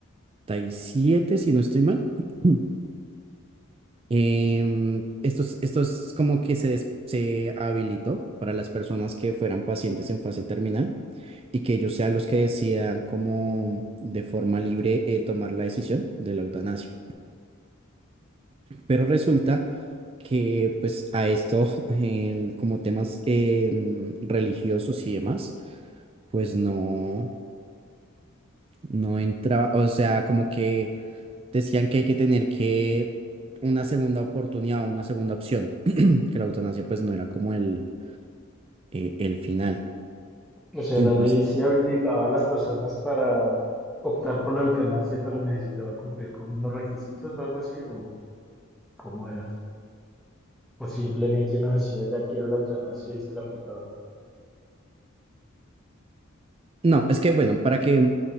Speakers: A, on the right (about 25°); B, in the centre.
A: y siete si no estoy mal. <clears throat> Em, esto es esto es como que se, des- se habilitó para las personas que fueran pacientes en fase terminal y que ellos sean los que decidan como de forma libre eh, tomar la decisión de la eutanasia. Pero resulta que pues a esto, <laughs> el- como temas em, religiosos y demás, pues no, no entraba, o sea, como que decían que hay que tener que una segunda oportunidad, o una segunda opción, <clears throat> que la eutanasia pues no era como el, eh, el final.
B: O sea,
A: Entonces,
B: la ley sí habilitaba a las personas para optar por la eutanasia, pero necesitaba cumplir con unos requisitos o algo así, o cómo era. O simplemente uno decía, ya quiero la eutanasia y se la aplicaba.
A: No, es que bueno, para que